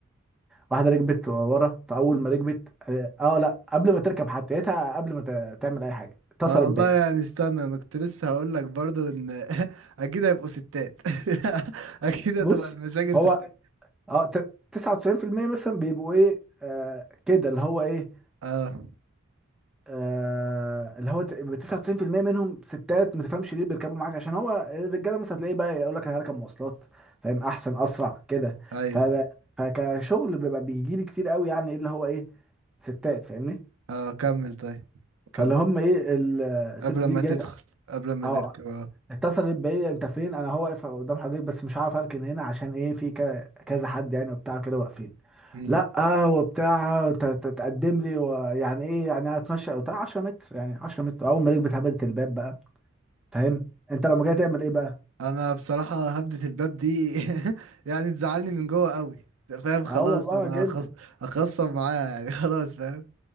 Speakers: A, in the centre; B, on the right.
A: واحده ركبت ورا فاول ما ركبت اه لا قبل ما تركب حتى لقيتها قبل ما ت- تعمل اي حاجه اتصلت
B: انا والله
A: بيا
B: يعني استنى انا كنت لسه هقول لك برضه ان <laughs> اكيد هيبقوا ستات <laughs> اكيد هتبقى
A: بص
B: المشاكل
A: هو
B: ستات
A: اه ت- 99% مثلا بيبقوا ايه آه كده اللي هو ايه
B: اه
A: آه اللي هو ت- 99% منهم ستات ما تفهمش ليه بيركبوا معاك عشان هو الرجاله مثلا هتلاقيه بقى يقول لك انا هركب مواصلات فاهم احسن اسرع كده
B: ايوه
A: ف فكشغل بيبقى بيجي لي كتير قوي يعني ايه اللي هو ايه ستات فاهمني
B: اه كمل طيب كمل
A: فاللي هم ايه ال- الست
B: قبل ما
A: دي جت
B: تدخل قبل ما
A: اه
B: تركب اه
A: اتصلت بيا انت فين انا هو واقف قدام حضرتك بس مش عارف اركن هنا عشان ايه في ك- كذا حد يعني وبتاع كده واقفين
B: مم.
A: لا وبتاع انت ت- تقدم لي ويعني ايه يعني هتمشى او بتاع 10 متر يعني 10 متر اول ما رجلي اتهبدت الباب بقى فاهم انت لما جاي تعمل ايه بقى
B: انا بصراحة هبدة الباب دي <laughs> يعني تزعلني من جوه قوي ده فاهم خلاص
A: اه والله
B: انا
A: جدا
B: هخص... هخصم معاها يعني <laughs> خلاص فاهم